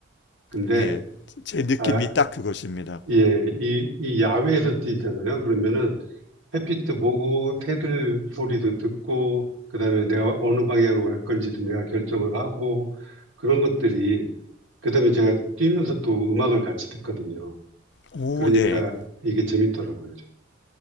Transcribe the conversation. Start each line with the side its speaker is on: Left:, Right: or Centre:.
Right: 근데,
Left: 네, 제 느낌이
Right: 아,
Left: 딱 그것입니다.
Right: 예, 이, 이 야외에서 뛰잖아요. 그러면은 햇빛도 보고, 새들 소리도 듣고, 그다음에 내가 어느 방향으로 갈 건지도 내가 결정을 하고, 그런 것들이, 그다음에 제가 뛰면서 또 음악을 같이 듣거든요.
Left: 오,
Right: 그러니까
Left: 네.
Right: 이게 재밌더라고요. 좀.